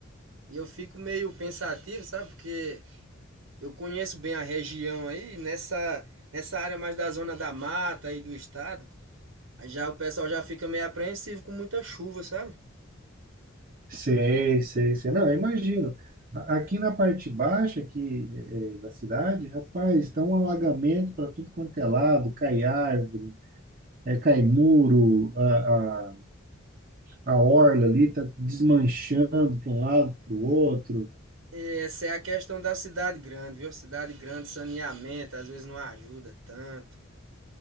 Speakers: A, on the right (about 75°); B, on the right (about 40°).
A: E eu fico meio pensativo, sabe? Porque eu conheço bem a região aí, nessa, nessa área mais da zona da mata aí do estado. Aí já o pessoal já fica meio apreensivo com muita chuva, sabe?
B: Sei, sei, sei. Não, eu imagino. A- Aqui na parte baixa aqui, é, é, da cidade, rapaz, está um alagamento para tudo quanto é lado, cai árvore, é, cai muro, a, a, a orla ali está desmanchando para um lado, para o outro.
A: E essa é a questão da cidade grande, viu? Cidade grande, saneamento, às vezes não ajuda tanto.